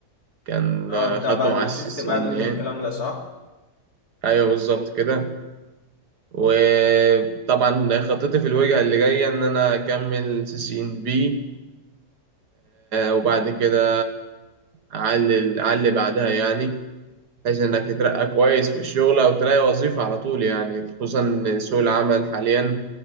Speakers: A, on the right (about 80°); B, on the left (about 65°).
A: كان
B: اه
A: آه،
B: بتاع
A: خدته
B: بقى
A: مع
B: السيستم
A: السي سي
B: ادمن
A: ان اي
B: والكلام ده صح
A: ايوه بالظبط كده وطبعا خطتي في الوجهة اللي جاية إن أنا أكمل سي سي إن بي وبعد كده أعلي أعلي بعدها يعني بحيث إنك تترقى كويس في الشغل أو تلاقي وظيفة على طول يعني خصوصا إن سوق العمل حاليا